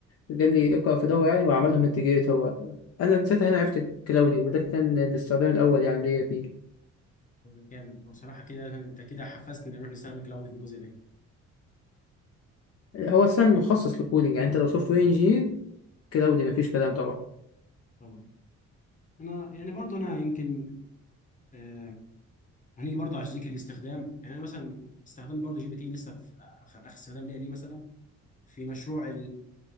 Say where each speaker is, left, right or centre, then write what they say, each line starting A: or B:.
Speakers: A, on the left; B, on the left.
A: قال لي اقرأ في دورة يعني وعملهم انتجريت هو انا من ساعتها هنا عرفت كلاودي وده كان الاستخدام الاول يعني ليا فيه
B: هو جامد بصراحه كده انت كده حفزتني نروح نستخدم كلاودي في الجزء ده
A: هو اصلا مخصص للكودينج يعني انت لو سوفت وير
B: مم.
A: انجينير كلاودي مفيش كلام طبعا
B: طبعا انا يعني برضو انا يمكن آه هنيجي برضو على ذكر الاستخدام يعني انا مثلا استخدام برضو جي بي تي لسه في اخر آخر استخدام ليا ليه مثلا في مشروع